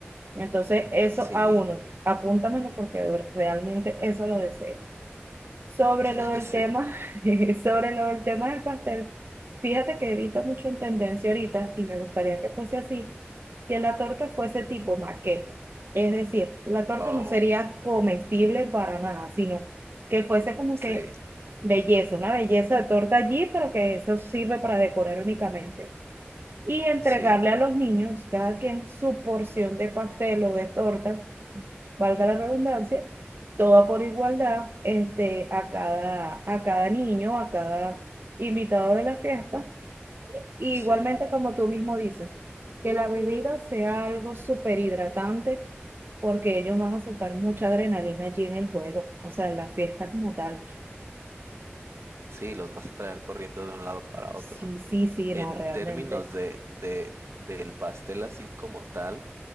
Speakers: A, on the right; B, on the right.
A: Entonces, eso
B: sí,
A: a uno, apúntamelo porque realmente eso lo deseo. Sobre
B: <laughs>
A: lo del
B: sí,
A: tema, <laughs> sobre lo del tema del pastel, fíjate que he visto mucho en tendencia ahorita y me gustaría que fuese así, que la torta fuese tipo maqueta. Es decir, la torta
B: oh,
A: no sería comestible para nada, sino que fuese como
B: sí,
A: que belleza, una belleza de torta allí, pero que eso sirve para decorar únicamente. Y entregarle
B: sí,
A: a los niños, cada quien su porción de pastel o de torta valga la redundancia, toda por igualdad, este, a cada, a cada niño, a cada invitado de la fiesta. Y
B: sí,
A: igualmente, como tú mismo dices, que la bebida sea algo súper hidratante, porque ellos van a soltar mucha adrenalina allí en el juego, o sea, en la fiesta como tal.
B: sí, los vas a traer corriendo de un lado para
A: Sí,
B: otro.
A: sí, sí,
B: En
A: no, realmente.
B: términos de, de, del pastel así como tal.